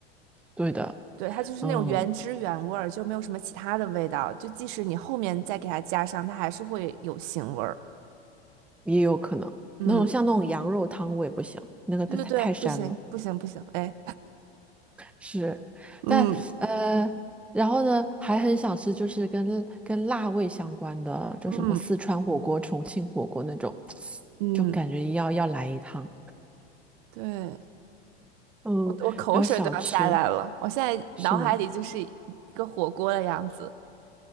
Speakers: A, in the centre; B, on the right.
A: 对的，
B: 对，它就是那种原汁原味儿，
A: 嗯，
B: 就没有什么其他的味道。就即使你后面再给它加上，它还是会有腥味儿。
A: 也有可能那种像那种羊肉汤我也不行，
B: 嗯，
A: 那个太太膻了。
B: 对对对，不行不行不行，哎，
A: 是，
B: <laughs>
A: 但呃，
B: 嗯
A: 然后呢，还很想吃就是跟跟辣味相关的，就什么四川火锅、
B: 嗯
A: 重庆火锅那种，
B: 嗯，
A: 就感觉要要来一趟。
B: 对，
A: 嗯，
B: 我我口水都要下来了，
A: 还有小吃
B: 我现在脑海里就是一个火锅的样子。
A: 是吗？